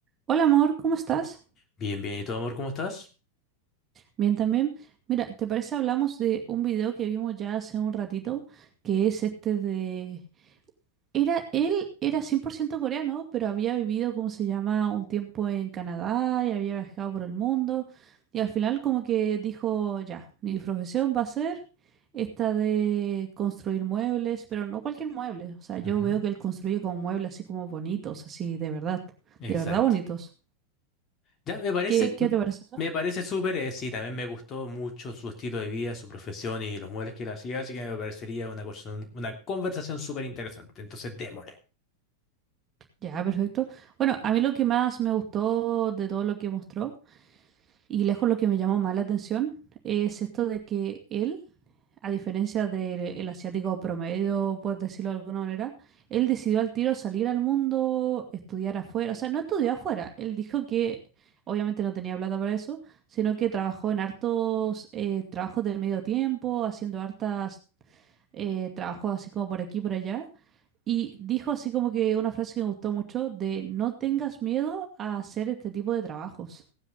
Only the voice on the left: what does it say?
Bien, bien. ¿Y tú, amor, cómo estás?
Ujú,
Exacto.
Ya, me parece,
m-
me parece súper, eh, sí, también me gustó mucho su estilo de vida, su profesión y los muebles que él hacía, así que me parecería una, cosa- una conversación súper interesante. Entonces, démosle.